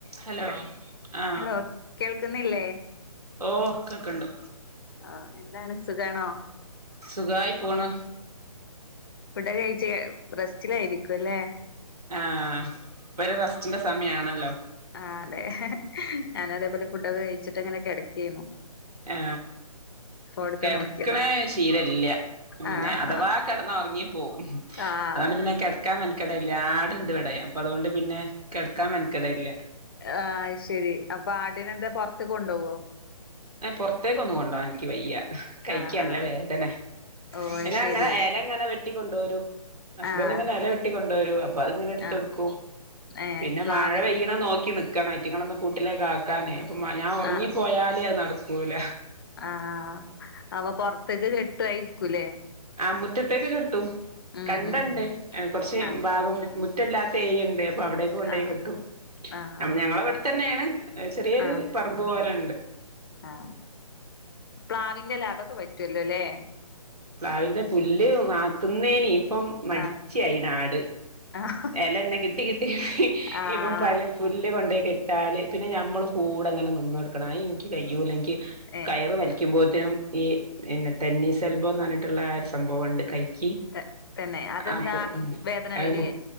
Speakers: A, on the right (about 85°); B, on the left (about 40°).
A: Hello ആ
B: hello കേൾക്കുന്നില്ലേ
A: ഓ കേൾക്ക്ണ്ട്.
B: അ എന്താണ് സുഖാണോ?
A: സുഖായി പോണ്.
B: ഫുഡ് ഒക്കെ കഴിച്ച് റെസ്റ്റിലായിരിക്കുല്ലേ?
A: ആ ഇപ്പൊരു റസ്റ്റിന്റെ സമയാണല്ലോ?
B: ആ അതെ ഞാനതേപോലെ ഫുഡൊക്കെ കഴിച്ചിട്ടങ്ങനെ കിടക്കേയിരുന്നു.
A: ആ
B: ഫോണെടുത്ത്
A: കിടക്കണ
B: നോക്കിയതാ
A: ശീലില്ല്യാ. പിന്നെ
B: ആഹ്
A: അഥവാ കെടന്ന ഒറങ്ങി പോവും.
B: ആഹ്
A: അതോണ്ട് പിന്നെ കെടക്കാൻ മെനക്കെടില്ലാ ആടിണ്ടവടെ അപ്പ അതുകൊണ്ട് പിന്നെ കെടക്കാൻ മെനക്കെടെല്ല്യാ
B: ആഹ് അത് ശരി അപ്പൊ ആടിനെന്താ പൊറത്ത്കൊണ്ടോവോ?
A: പൊർത്തേക്ക് ഒന്നും കൊണ്ടോവാൻ എനിക്ക് വയ്യ കൈക്ക്
B: ആഹ്
A: നല്ല
B: ആഹ്
A: വേദന
B: ഓ
A: പിന്ന
B: അത് ശരി
A: അങ്ങനെ എല ഇങ്ങനെ വെട്ടിക്കൊണ്ടോരു ഹസ്ബന്റിങ്ങനെ
B: ആഹ്
A: എല വെട്ടിക്കൊ കൊണ്ടോരും അപ്പൊ അതിങ്ങന എടുത്തുകൊടുക്കും
B: ആഹ് ഏഹ്
A: പിന്നെ
B: പ്ലാവിൻ
A: മഴ പെയ്യണ നോക്കി നി ക്കണം ഐറ്റങ്ങളൊന്ന് കൂട്ടിലേക്കാക്കാനേ അപ്പം മ ഞാൻ ഒറങ്ങിപ്പോയാല്
B: ആഹ്
A: അത് നടക്കൂല്ല.
B: ആഹ് അപ്പ പൊറത്തേക്ക് കെട്ടുവായിരിക്കൂല്ലേ?
A: ആ മുറ്റത്തേക്ക് കെട്ടും.
B: ഉം
A: കണ്ടെണ്ട്
B: ഉം ഉം
A: കൊറച്ച്
B: ആഹ്
A: ഭാഗം മുറ്റമില്ലാത്ത ഏരിയെണ്ട്. അപ്പൊ അവിടേക്ക കൊണ്ടോയി
B: ആഹ്
A: കെട്ടും
B: ആഹ്
A: ഞങ്ങളെവിടെ തന്നെയാണ് ചെറിയൊരു
B: ആഹ്
A: പറമ്പ് പോലെ
B: ആഹ് പ്ലാവിന്റെല്ല അതൊക്കെ പറ്റുവല്ലോ ല്ലേ?
A: അയിന്റെ പുല്ല് മാത്തുന്നേന് ഇപ്പം മടിച്ചിയാനാട്.
B: ആഹ് ആഹ്
A: എലന്നെ കിട്ടി കിട്ടി
B: ആഹ്
A: ഇപ്പം പല പുല്ല് കൊണ്ടെ കെട്ടാല് പിന്നെ ഞമ്മളും കൂടെങ്ങനെ നിന്നൊടുക്കണം അത് ഇനിക്ക് കഴിയൂല ഇനിക്ക്
B: ഏ
A: കയറ് വലിക്കുമ്പോ നും ഈ പിന്നെ ടെന്നീസ് എൽബോ എന്ന് പറഞ്ഞിട്ടുള്ള ആ ഒരു സംഭവെണ്ട് കൈ ക്ക്
B: ത തന്നെ അതെന്താ
A: അപ്പൊ ഉം
B: വേദന
A: അത്
B: വരിയേ